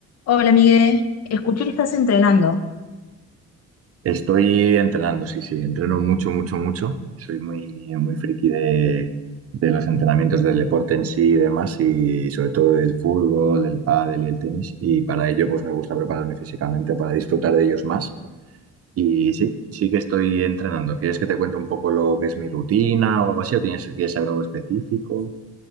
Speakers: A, on the left (about 55°); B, on the right (about 50°).
A: Hola, Miguel. Escuché que estás entrenando.
B: Estoy entrenando, sí, sí, entreno mucho, mucho, mucho. Soy muy, muy friki de, de los entrenamientos del deporte en sí y demás, y sobre todo del fútbol, del pádel y el tenis. Y para ello, pues me gusta prepararme físicamente para disfrutar de ellos más. Y sí, sí que estoy entrenando. ¿Quieres que te cuente un poco lo que es mi rutina o algo así? ¿O tienes, quieres saber algo específico?